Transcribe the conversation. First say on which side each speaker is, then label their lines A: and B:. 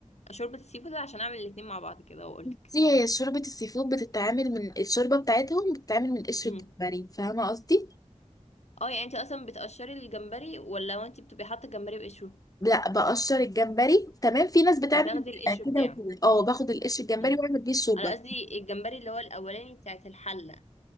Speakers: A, on the left (about 65°); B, on the left (about 30°).
A: شوربة السي فود عشان اعمل الاتنين مع بعض كده واقولك
B: بصي هي شوربه السي فود بتتعمل من الشوربه بتاعتهم بتتعمل من قشر
A: امم
B: الجمبري فاهمه قصدي
A: اه يعني انت اصلا بتقشري الجمبري ولا هو انت بتبقي حاطة الجمبري بقشره
B: لا بقشر الجمبري تمام في ناس بتعمل
A: وتاخدي القشر
B: كده
A: بتاعه
B: وكده اه باخد القشر الجمبري
A: امم
B: واعمل بيه الشوربه
A: انا قصدي الجمبري اللي هو الاولاني بتاعت الحلة